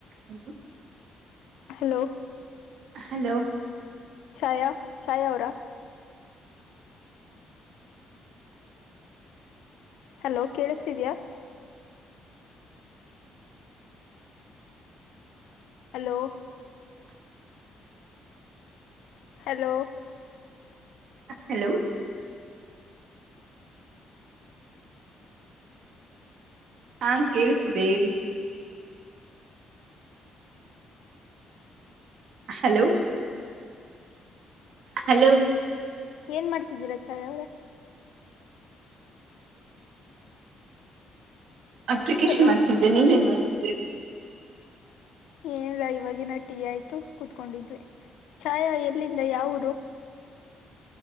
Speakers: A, on the right (about 70°); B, on the left (about 80°).
A: hello <unintelligible>
B: hello
A: hello
B: Chhaya Chhaya ಅವರಾ hello ಕೇಳ್ತಿದ್ಯಾ hello hello
A: hello ಹಾ ಕೇಳಿಸಿದೆ ಹೇಳಿ ಹಲೋ ಹಲೋ
B: ಏನ್ ಮಾಡ್ತಿದ್ದೀರ ಚಾಯ ಅವ್ರ
A: ಅಪ್ಲಿಕೇಶನ್
B: ಹಲೋ
A: ಆಗ್ತಿದ್ದೆ ನೀವೇನ್ ಮಾಡ್ <inaudible>
B: ಏನಿಲ್ಲ ಇವಾಗಿವಾಗಿನ ಟೀ ಆಯ್ತು ಕುೂತ್ಕೊಂಡಿದ್ವಿ ಚಾಯ ಎ ಲ್ಲಿಂದ ಯಾವ ಊರು